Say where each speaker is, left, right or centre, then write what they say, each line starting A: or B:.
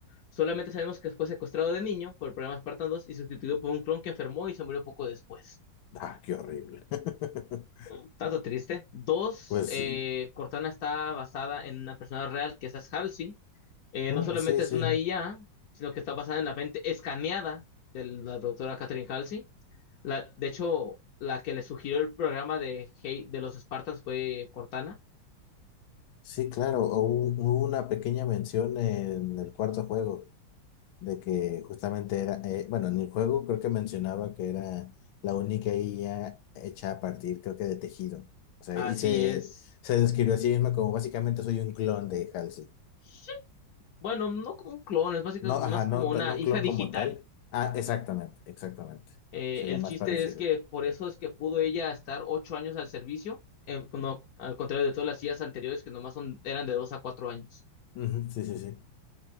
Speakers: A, on the left; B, on the left.
A: Solamente sabemos que fue secuestrado de niño por problemas espartanos y sustituido por un clon que enfermó y se murió poco después.
B: Ah, qué horrible. <laughs>
A: Un tanto triste. Dos,
B: Pues
A: eh,
B: sí,
A: Cortana está basada en una persona real que es Ash Halsey. Eh,
B: Mm,
A: no solamente
B: sí, sí,
A: es una IA, sino que está basada en la mente escaneada de la doctora Catherine Halsey. La, de hecho, la que le sugirió el programa de, Hey- de los Spartans fue Cortana.
B: sí, claro. Hubo, hubo una pequeña mención en el cuarto juego. de que justamente era, eh, bueno, en el juego creo que mencionaba que era la única IA hecha a partir, creo que de tejido. O sea,
A: Así
B: y se,
A: es.
B: se describió a sí misma como básicamente soy un clon de Halsey.
A: Sí. Bueno, no como un clon, es básicamente
B: No, ajá,
A: más
B: no,
A: como una
B: tan- no un
A: hija
B: clon
A: digital
B: como tal. Ah, exactamente, exactamente.
A: Eh,
B: Sería
A: el
B: más
A: chiste
B: parecido.
A: es que por eso es que pudo ella estar ocho años al servicio, eh, no- al contrario de todas las sillas anteriores que nomás son, eran de dos a cuatro años.
B: Ujú, sí, sí, sí.